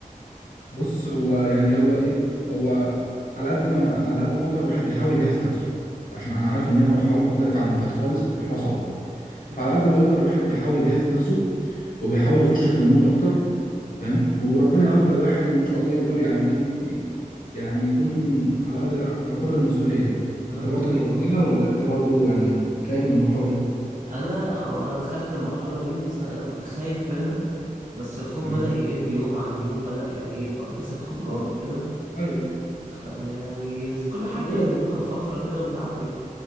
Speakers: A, on the left (about 70°); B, on the right (about 65°).
A: بص هو يعني هو ايه هو على قد ما على قد ما اقدر الواحد بيحاول يجهز نفسه عشان انا عارف ان هي مرحله مختلفه عن اللي فات خالص مرحله صعبه
B: مم.
A: فعلى قد ما يقدر الواحد بيحاول يجهز نفسه وبيحاول يخش في المود اكتر فاهم وربنا يوفق الواحد وان شاء الله يقدر يعني ايه ي- يعني يكون على قدر على قدر المسؤوليه يعني
B: يا
A: انت برضو
B: رب
A: جاهز
B: والله.
A: لها ولا انت برضو يعني خايف من المرحله دي
B: انا انا دخلت المرحله دي بس انا أنا كنت خايف منها بس الخوف
A: تمام
B: بدا يقل يوم عن يوم بدا يعني ايه بكتسب خبرات
A: بالظبط
B: وكده
A: ايوه
B: فيعني كل حاجه
A: أنا بقول لك
B: ليها
A: بت-
B: فتره كده وبتعدي